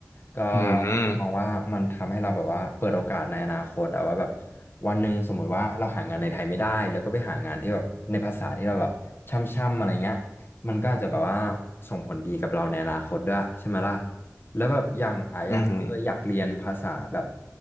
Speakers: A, on the left; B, on the left.
A: ก็
B: อืม
A: มองว่ามันทำให้เราแบบว่าเปิดโอกาสในอนาคตอะว่าแบบวันหนึ่งสมมุติว่าเราหางานในไทยไม่ได้แล้วก็ไปหางานที่แบบในภาษาที่เราแบบช่ำๆอะไรเงี้ย มันก็อาจจะแบบว่าส่งผลดีกับเราในอนาคตด้วยใช่ไหมล่ะแล้วแบบอย่างไอ้อะเคยอยากเรียนภาษาแบบ
B: อืม